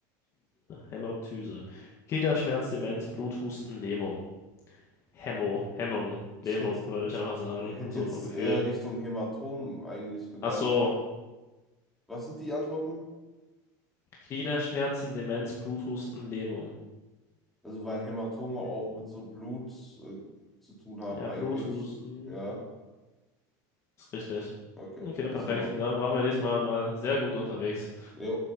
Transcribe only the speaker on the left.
Hämoptyse. Gliederschmerz, Demenz, Bluthusten, Lähmung. Hemmo, Hemmung,
Lähmung,
würde ich einfach sagen,
so
vom Gefühl.
Ach so,
Gliederschmerzen, Demenz, Bluthusten, Lähmung.
Lähmung.
Ja,
Bluthusten,
ist richtig.
Okay,
perfekt.
Dann waren wir diesmal mal sehr gut unterwegs.